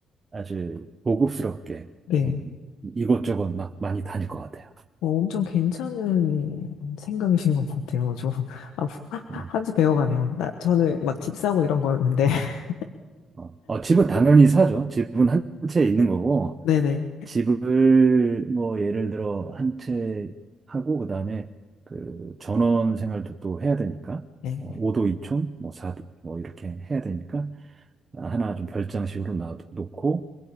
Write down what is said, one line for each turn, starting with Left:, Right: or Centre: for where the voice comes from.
Right: 아주 고급스럽게
Left: 네.
Right: 좀 이것저것 막 많이 다닐 것 같아요.
Left: 뭐 엄청 괜찮은 생각이신 것 같아요. 저, <laughs> 아,
Right: 네.
Left: 한수 배워가네요. 나, 저는 막 집 사고 이런 거였는데. <laughs>
Right: 어, 어, 집은 당연히 사죠. 집은 한 채 있는 거고,
Left: 네네.
Right: 집을 뭐 예를 들어 한 채 하고, 그 다음에 그 전원 생활도 또 해야 되니까,
Left: 네.
Right: 어, 5도 2촌, 뭐 4도, 뭐 이렇게 해야 되니까, 하나 좀 별장식으로 놔놓고,